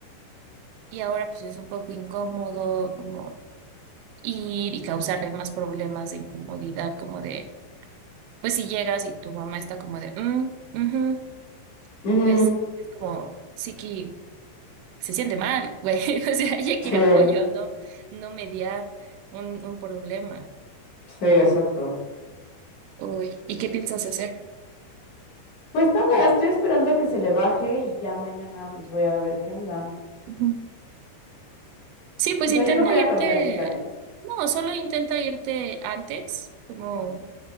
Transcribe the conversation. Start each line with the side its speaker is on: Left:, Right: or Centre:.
Right: y ahora pues es un poco incómodo como ir y causarle más problemas de incomodidad, como de, pues si llegas y tu mamá está como de, mm, ujú", Mm,
Left: ujú.
Right: pues es como Siki se siente mal, güey, <laughs> o sea, ella quiere
Left: Sí,
Right: apoyo, mm. ¿no? No mediar un, un problema.
Left: sí, exacto.
Right: Uy, ¿y qué piensas hacer?
Left: Pues nada, estoy esperando a que se le baje y ya mañana pues voy a ver qué onda.
Right: Ujú. Sí, pues
Left: O sea,
Right: intenta
Left: yo no voy
Right: irte,
Left: a cambiar mis planes.
Right: no, solo intenta irte antes, como...